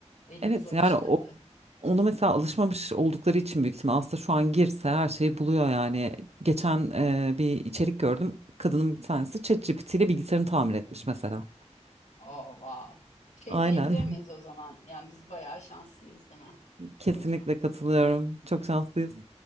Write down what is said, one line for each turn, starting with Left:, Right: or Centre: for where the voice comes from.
Left: elimiz
Right: Evet
Left: alışkındı.
Right: yani o onu
Left: <laughs>
Right: mesela alışmamış oldukları için büyük ihtimal aslında şu an girse her şeyi buluyor yani. Geçen e, bir içerik gördüm. Kadının bir tanesi ChatGPT ile bilgisayarını tamir etmiş mesela.
Left: Oh, wow. Şey
Right: Aynen.
Left: diyebilir miyiz o zaman? Yani biz bayağı şanslıyız değil mi
Right: <laughs> Kesinlikle
Left: Burcu?
Right: katılıyorum. Çok şanslıyız.